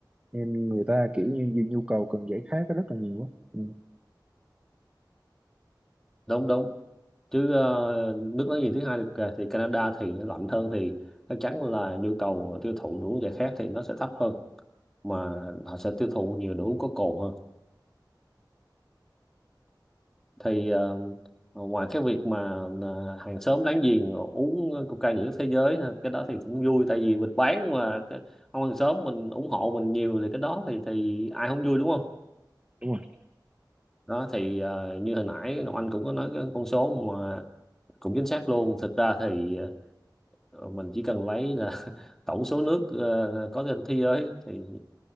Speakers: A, on the right (about 15°); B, in the centre.
A: nên người ta kiểu như nhu nhu cầu cần giải khát rất là nhiều á ừ,
B: đúng đúng chứ ờ, nước láng giềng thứ hai thì, thì Canada thì nó lạnh hơn thì chắc chắn là nhu cầu tiêu thụ đồ uống giải khát thì nó sẽ thấp hơn mà họ sẽ tiêu thụ nhiều đồ uống có cồn hơn thì ờ, ngoài cái việc mà ờ, hàng xóm láng giềng uống coca nhiều nhất thế giới ha, cái đó thì cũng vui tại vì mình bán mà cái- ông hàng xóm mình ủng hộ mình nhiều thì cái đó thì thì ai không vui đúng không
A: đúng rồi
B: đó thì ờ, như hồi nãy Ngọc Anh cũng có nói cái con số mà cũng chính xác luôn thực ra thì ờ, mình chỉ cần lấy là tổng số nước ờ, có trên thế giới thì